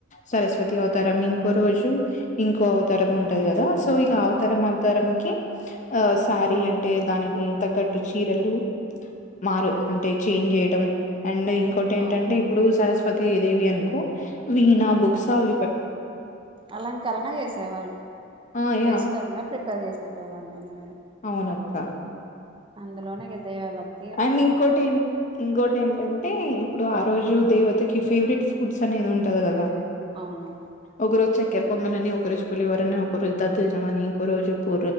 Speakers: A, on the left; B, on the right.
A: సరస్వతి అవతారం ఇంకో రోజు ఇంకో అవతారం ఉ ఉంటది కదా సో ఇలా అవతరం అవతరం కె శారీ అంటే దానికి తగ్గట్టు చీరలు మారు అంటే చేంజ్ చేయటం అండ్ ఇంకోటి ఏంటంటే
B: అవును
A: ఇప్పుడు సరస్వ పతిదేవి అనుకో వీణ బుక్స్ అవ్
B: అలంకరణ చేసేవాళ్ళు
A: ఆ యా
B: విష్టంగా ప్రిపేర్ చేసేటోళ్లు అన్ని ఇగ మీరు
A: అవును అక్క
B: అందులోనే ఇగ దైవా భక్
A: అండ్ ఇంకోటి ఏం ఇంకోటి ఏంటంటే అంటే ఇప్పుడు ఆ రోజు దేవతకి ఫేవరెట్ ఫుడ్స్ అనేది ఉంటది కదా
B: అవును
A: ఒగరో చెకార్ పొంగలని ఒక రోజు పులిహోరని ఒక రోజు దద్దోజనం మని ఇంకో రోజు పూ